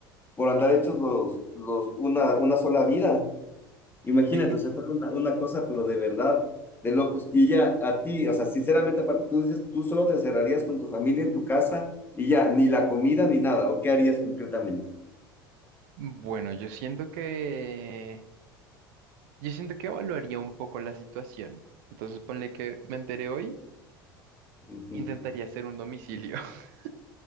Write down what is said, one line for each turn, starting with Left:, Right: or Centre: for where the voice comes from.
Left: por andar hechos los, los, una, una sola vida, Imagínate,
Right: <laughs>
Left: o sea, fue una, una cosa, pero de verdad, de locos. Y ya a ti, o sea, sinceramente, aparte, tú dices, tú solo te encerrarías con tu familia en tu casa y ya, ni la comida ni nada, ¿o qué harías concretamente?
Right: Bueno, yo siento que, yo siento que evaluaría un poco la situación. Entonces, ponle que me enteré hoy,
Left: Ujú.
Right: intentaría hacer un domicilio. <laughs>